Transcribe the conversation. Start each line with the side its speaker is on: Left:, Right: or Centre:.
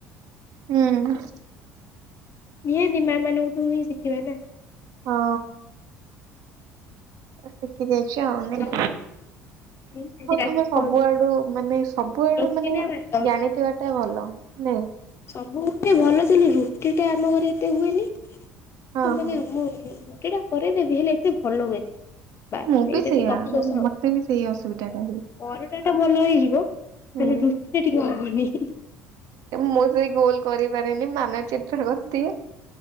Right: ହୁଁ
Left: ନିହାତି ମା ମାନଙ୍କଠୁ ହିଁ ଶିଖିବା ନା।
Right: ହଁ ଆ କି <inaudible> ଯାହା ହଉ
Left: ଆଉ ଆଜି ରାତିରେ
Right: ତମେ ସବୁଆଡୁ
Left: କଣ
Right: ମାନେ ସବୁଆଡୁ
Left: ରୁଟି
Right: ମାନେ
Left: ନା ଭାତ
Right: ଜାଣିଥିବା ଟା ଭଲ ନାଇଁ
Left: ସବୁ ରୁଟି ଭଲ ଥିଲ ରୁଟି ଟା ଆମ ଘରେ ଏତେ ହୁଏନି।
Right: ହଁ
Left: ତୁମ
Right: ହଁ।
Left: ଦିନ <inaudible> ସେଟା କରେଇଦେବି ହେଲେ ଏତେ ଭଲ ହୁଏନି ବାସ୍
Right: ମୁଁ ବି
Left: ଏଇଟା
Right: ସେଇଆ
Left: ଟିକେ ଅପସୋସ
Right: ମତେ
Left: ଆଉ
Right: ବି ସେଇ ଅସୁବିଧା ଟା ହୁଏ।
Left: ପରଟା ଟା ଭଲ ହେଇଯିବ।
Right: ହୁଁ
Left: ହେଲେ ରୁଟି ଟା ଟିକେ ଘୁନ <inaudible>
Right: ମୁଁ ସେ ଗୋଲ କରିପାରେନି ମାନଚିତ୍ର କରିଦିଏ।